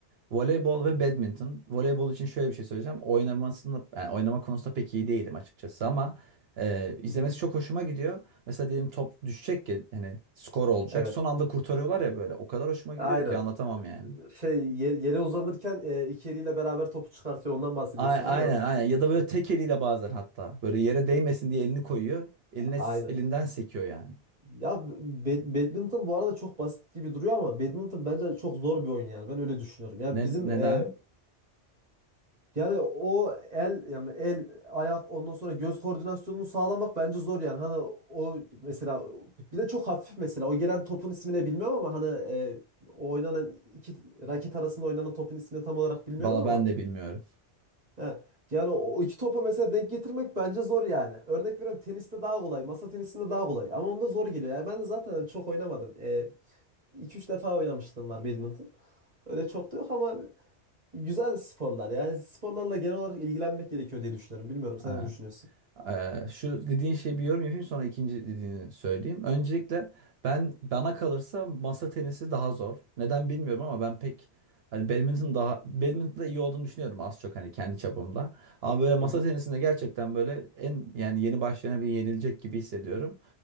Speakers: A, on the right; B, on the right.
A: voleybol ve badminton. Voleybol için şöyle bir şey söyleyeceğim. Oynamasında, yani oynama konusunda pek iyi değilim açıkçası ama e, izlemesi
B: Hı-hı.
A: çok hoşuma gidiyor. Mesela diyelim top düşecek ki hani skor olacak.
B: Evet.
A: Son anda kurtarıyorlar ya böyle. O kadar hoşuma gidiyor
B: Aynen.
A: ki anlatamam yani.
B: Şey yer- yere uzanırken e, iki eliyle beraber topu çıkartıyor. Ondan bahsediyorsun
A: A- Aynen
B: değil mi? Yanlış.
A: aynen ya
B: bilmiyorsam.
A: da böyle tek eliyle bazen hatta böyle yere değmesin diye elini koyuyor. Eline
B: Aynen.
A: elinden sekiyor yani.
B: Ya bad- badminton bu arada çok basit gibi duruyor ama badminton bence çok zor bir oyun yani. Ben öyle düşünüyorum. Ya
A: Ne
B: bizim
A: neden?
B: e, Yani o el yani el ayak ondan sonra göz koordinasyonunu sağlamak bence zor yani hani o mesela bir de çok hafif mesela o gelen topun ismini bilmiyorum ama hani e, o oynanan iki raket arasında oynanan topun ismini tam olarak bilmiyorum
A: Valla
B: ama
A: ben de bilmiyorum.
B: he. Yani o iki topa mesela denk getirmek bence zor yani. Örnek veriyorum teniste daha kolay, masa tenisinde daha kolay ama onda zor geliyor. Yani ben de zaten çok oynamadım. E, 2-3 defa oynamıştım var badminton. Öyle çok da yok ama Güzel sporlar yani sporlarla genel olarak ilgilenmek gerekiyor diye düşünüyorum. Bilmiyorum sen
A: Ha.
B: ne düşünüyorsun?
A: Ee, şu dediğin şey bir yorum yapayım sonra ikinci dediğini söyleyeyim. Öncelikle ben bana kalırsa masa tenisi daha zor. Neden bilmiyorum ama ben pek hani badminton daha badminton'da iyi olduğunu düşünüyorum az çok hani kendi çapımda. Ama böyle masa
B: Hı hı.
A: tenisinde gerçekten böyle en yani yeni başlayana bir yenilecek gibi hissediyorum.